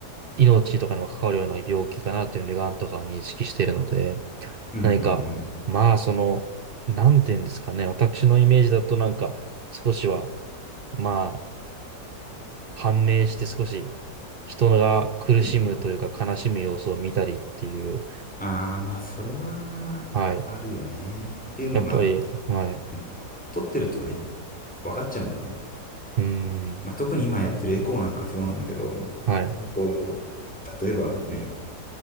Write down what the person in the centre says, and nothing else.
うんう
ん
うんうん。ああ、まあ、それは、
あるよね。っていうのが、
うん、撮ってるとね、分かっちゃうんだよね。
まあ、特に今やってるエコーなんかそうなんだけど、
こう、例えばね、